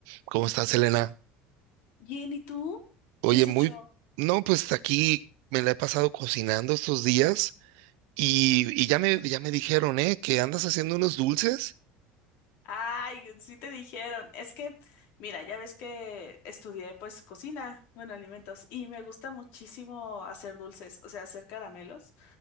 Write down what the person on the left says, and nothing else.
Bien, ¿y tú?
¿Qué has
hecho?
Ay, sí te dijeron. Es que, mira, ya ves que estudié pues cocina, bueno, alimentos, y me gusta muchísimo hacer dulces, o sea, hacer caramelos.